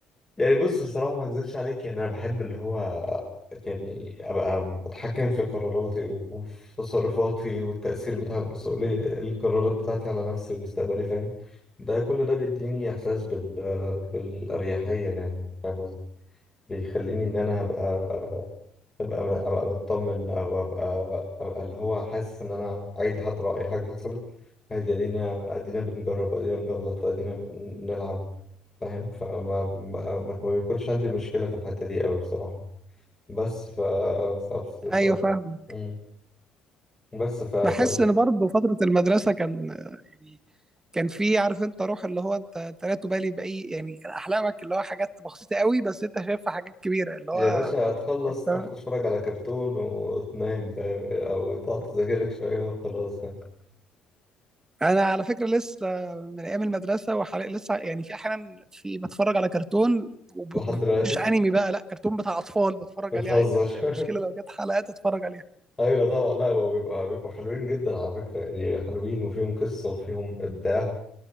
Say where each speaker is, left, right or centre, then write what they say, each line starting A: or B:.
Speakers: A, on the left; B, on the right.
A: يعني بص الصراحة ما اكذبش عليك يعني انا بحب اللي هو يعني ابقى متحكم في قراراتي وفي تصرفاتي والتأثير بتاع المسؤولية القرارات بتاعتي على نفسي ومستقبلي فاهم ده كل ده بيديني احساس بال بالأريحية يعني فاهم قصدي بيخليني ان انا ابقى ابقى ابقى مطمن او ابقى ابقى اللي هو حاسس ان انا عادي حتى لو اي حاجة حصلت عادي ادينا ادينا بنجرب ادينا بنغلط وادينا بنلعب فاهم فما ما, ما ما بيكونش عندي مشكلة في الحتة دي قوي بصراحة بس ف ف, ف...
B: ايوه فاهم
A: مم. بس ف... ف
B: بحس ان برضه فتره المدرسه كان يعني كان في عارف انت روح اللي هو انت انت لا تبالي باي يعني كان احلامك اللي هو حاجات بسيطه قوي بس انت شايفها حاجات كبيره اللي هو
A: يا باشا هتخلص
B: انت
A: تروح تتفرج على كرتون وتنام فاهم او تقعد تذاكر لك شوية وخلاص فاهم
B: انا على فكره لسه من ايام المدرسه وحاليا لسه يعني في احيانا في بتفرج على كرتون وب-
A: لحد دلوقتي
B: ومش انمي بقى لا كرتون بتاع اطفال بتفرج
A: بتهزر
B: عليه عادي ما عنديش اي
A: <laughs>
B: مشكله لو جت حلقات اتفرج عليها
A: ايوه طبعا لا هو بيبقى بيبقوا حلوين جدا على فكرة يعني حلوين وفيهم قصة وفيهم ابداع